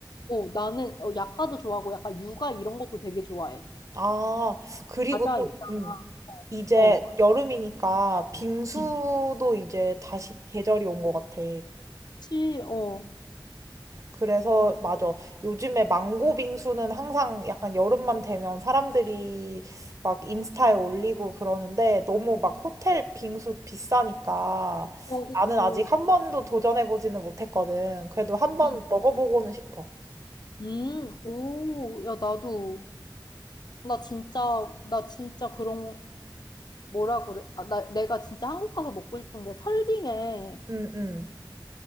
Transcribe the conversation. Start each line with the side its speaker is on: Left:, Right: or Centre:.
Left: 어, 나는 어, 약과도 좋아하고 약간 육아 이런 것도 되게 좋아해.
Right: 아 그리고
Left: 과자
Right: 또
Left: 있잖아.
Right: 음, 이제
Left: 어.
Right: 여름이니까 빙수도
Left: 응.
Right: 이제 다시 계절이 온 것 같아.
Left: 그치, 어.
Right: 그래서 맞아. 요즘에 망고 빙수는 항상 약간 여름만 되면 사람들이 막 인스타에 올리고 그러는데 너무 막 호텔 빙수 비싸니까
Left: 어, 그치.
Right: 나는 아직 한 번도 도전해보지는 못했거든. 그래도 한 번
Left: 응.
Right: 먹어보고는 싶어.
Left: 음, 오, 야, 나도, 나 진짜, 나 진짜 그런, 뭐라 그래. 아, 나, 내가 진짜 한국 가서 먹고 싶은 게 설빙에
Right: 음, 음.